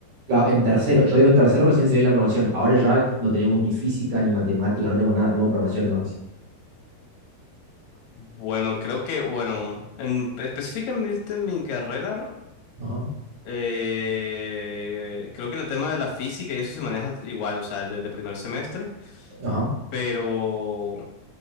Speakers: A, on the right (about 50°); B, on the left (about 70°).
A: Claro, en tercero, yo digo en tercero recién se ve la programación. Ahora ya no tenemos ni física ni matemática, no tenemos nada, tenemos programación nomás. casi.
B: Bueno, creo que, bueno, en, específicamente en mi carrera,
A: Ajá,
B: eh, creo que el tema de la física y eso se maneja igual, o sea, desde primer semestre,
A: ajá.
B: pero